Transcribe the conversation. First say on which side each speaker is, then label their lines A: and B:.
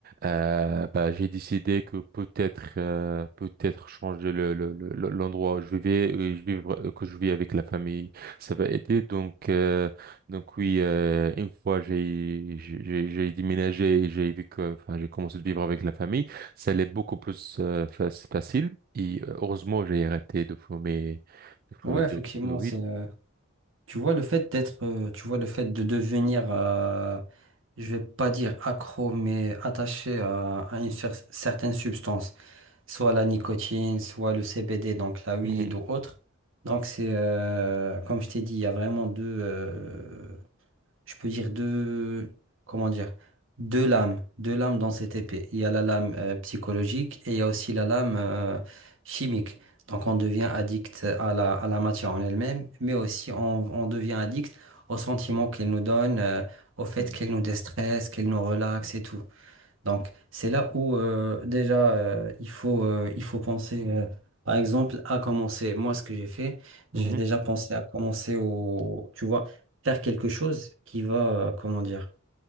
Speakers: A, on the right; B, on the right.
A: euh, bah, j'ai décidé que peut-être euh, peut-être changer le, le- le- le- l'endroit où je vivais, et je vivre, que je vis avec la famille, ça va aider. Donc euh, donc oui, euh, une fois j'ai j'ai j'ai j'ai déménagé et j'ai vu que enfin j'ai commencé à vivre avec la famille, ça allait beaucoup plus euh, fa- facile. Et euh, heureusement, j'ai arrêté de fumer de fumer
B: Ouais,
A: de,
B: effectivement,
A: de weed.
B: c'est. euh, tu vois le fait d'être, euh, tu vois le fait de devenir, euh, je vais pas dire accro, mais attaché à, à une cer- certaine substance, soit la nicotine, soit le CBD, donc la weed
A: Mhm,
B: ou autre. Donc c'est, euh, comme je t'ai dit, il y a vraiment deux. euh, je peux dire deux, comment dire, deux lames, deux lames dans cette épée. Il y a la lame euh, psychologique et il y a aussi la lame euh, chimique. Donc on devient addict à la, à la matière en elle-même, mais aussi on, on devient addict aux sentiments qu'elle nous donne, euh, au fait
A: mhm,
B: qu'elle nous déstresse, qu'elle nous relaxe et tout. Donc, c'est là où euh, déjà euh, il faut, euh, il faut penser, euh, par exemple, à commencer. Moi, ce que j'ai fait, j'ai
A: mhm,
B: déjà pensé à commencer au, tu vois, faire quelque chose qui va, euh, comment dire,